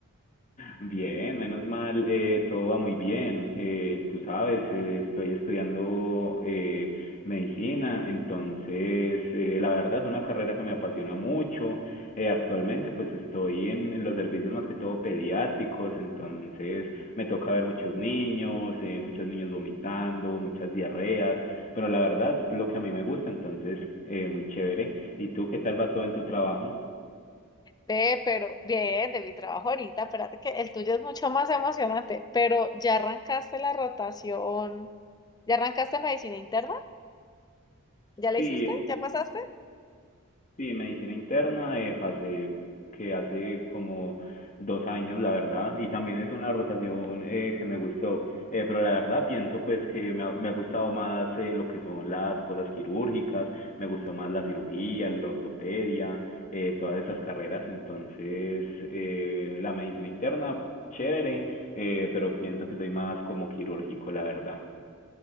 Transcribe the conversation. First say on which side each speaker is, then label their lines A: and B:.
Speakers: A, on the left; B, on the left.
A: Bien, menos mal, eh, todo va muy bien. Eh, tú sabes, eh, estoy estudiando eh, medicina, entonces eh, la verdad es una carrera que me apasiona mucho. Eh, actualmente pues estoy en, en los servicios más que todo pediátricos, entonces me toca ver muchos niños, eh, muchos niños vomitando, muchas diarreas, pero la verdad es lo que a mí me gusta, entonces eh, muy chévere. ¿Y tú qué tal va todo en tu trabajo?
B: Ve, pero bien, de mi trabajo ahorita, espérate que el tuyo es mucho más emocionante, pero ¿ya arrancaste la rotación? ¿Ya arrancaste medicina interna? ¿Ya la
A: Sí,
B: hiciste? ¿Ya pasaste?
A: Sí, medicina interna, eh, pasé que hace como dos años, la verdad, y también es una rotación eh, que me gustó, eh, pero la verdad pienso pues que me ha, me ha gustado más eh, lo que son las cosas quirúrgicas, me gustó más la cirugía, la ortopedia, eh, todas esas carreras, entonces eh, la medicina interna, chévere, eh, pero pienso que soy más como quirúrgico, la verdad.